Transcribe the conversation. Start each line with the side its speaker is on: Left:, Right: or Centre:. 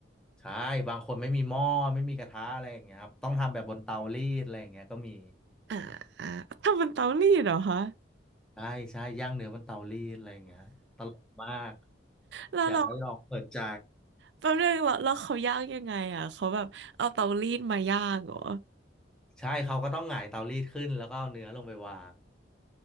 Centre: ใช่บางคนไม่มีหม้อไม่มีกระทะอะไรอย่างเงี้ยครับต้องทำแบบบนเตารีดอะไรอย่างเงี้ยก็มี
Right: อ่าอ่าทำเป็นเตารีดเหรอคะ
Centre: ใช่ใช่ย่างเนื้อบนเตารีดอะไรอย่างเงี้ยตลกมาก
Right: แล้วเรา
Centre: อยากให้ลองเปิดใจ
Right: แป๊บนึงเราเราเขาย่างยังไงอ่ะเขาแบบเอาเตารีดมาย่างเหรอ
Centre: ใช่เขาก็ต้องหงายเตารีดขึ้นแล้วก็เอาเนื้อลงไปวาง